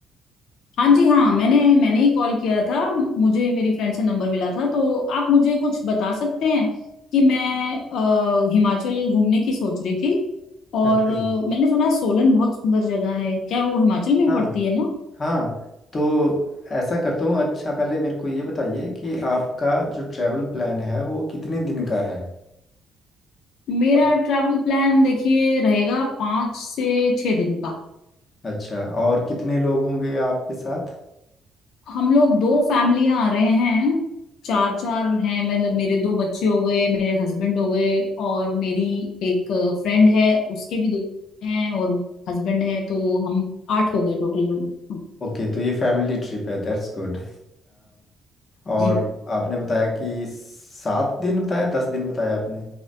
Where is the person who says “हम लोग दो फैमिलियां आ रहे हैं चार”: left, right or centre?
Left